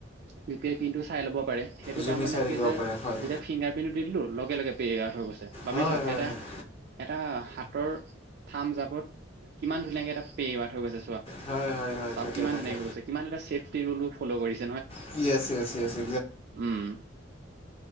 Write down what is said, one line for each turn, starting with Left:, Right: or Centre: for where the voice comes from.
Right: ইউ পি আই প্ৰিন টো চাই লব পাৰে সেইটো
Left: জুমি
Right: কাৰণে
Left: চাই থাকিব
Right: কি হৈছে
Left: পাৰে হয়
Right: যেতিয়া ফিংগাৰ প্ৰিন্টটো দি দিলো। লগে লগে পেৱ থ হৈ গৈছে বাবি
Left: হয়
Right: চাওক
Left: হয়
Right: এটা
Left: হয়
Right: এটাত। ৰ থাম জাবত কিমান ধুনীয়াকে এটা পেৱা থৈ গৈছে।
Left: হয় হয় হয়
Right: চাওঁ
Left: তাকে
Right: কিমান
Left: তাকে
Right: ধুনীয়া হৈছে, কিমান এটা ছেফটি ৰুলো ফ'ল' কৰিছ
Left: শুই আছে আছে আছে।
Right: উম